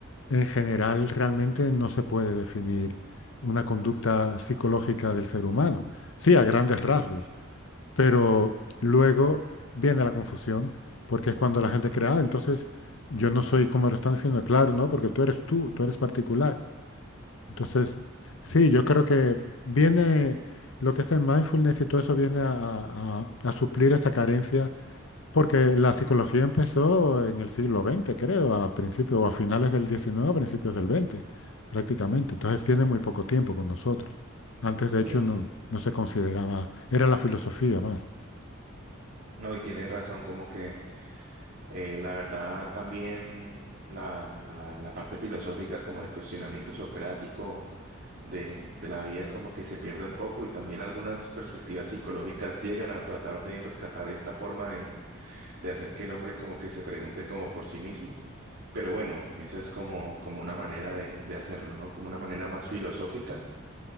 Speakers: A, on the left; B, on the right.
A: en general realmente no se puede definir una conducta psicológica del ser humano. Sí, a grandes rasgos, pero luego viene la confusión, porque es cuando la gente crea ah, entonces yo no soy como lo están diciendo, claro, no, porque tú eres tú, tú eres particular. Entonces, sí, yo creo que viene lo que es el mindfulness y todo eso viene a, a- a suplir esa carencia, porque la psicología empezó en el siglo XX, creo, a principios o a finales del XIX, a principios del XX, prácticamente. Entonces tiene muy poco tiempo con nosotros. Antes, de hecho,
B: Sí.
A: no, no se consideraba, era la filosofía más.
B: No, y tienes razón, como que Eh, la verdad, también la, la- la parte filosófica, como el cuestionamiento socrático de, de la vida, como que se pierde un poco y también algunas perspectivas psicológicas llegan a tratar de rescatar esta forma de, de hacer que el hombre como que se pregunte como por sí mismo. Pero bueno, esa es como, como una manera de, de hacerlo, ¿no? Como una manera más filosófica.